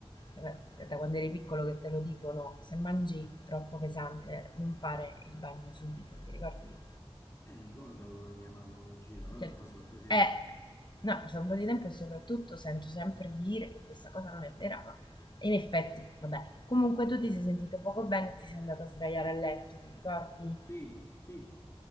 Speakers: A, on the left; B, on the left.
A: eh, da quando eri piccolo che te lo dicono, se mangi troppo pesante non fare il bagno subito, ti ricordi?
B: Eh, mi ricordo che mia mamma me lo diceva, però
A: Cioè,
B: mi è passato un po' di tempo.
A: eh, no, passa un po' di tempo e soprattutto sento sempre dire che questa cosa non è vera, ma in effetti, vabbè. Comunque tu ti sei sentito poco bene e ti sei andato a sdraiare a letto, ti ricordi?
B: Sì, sì,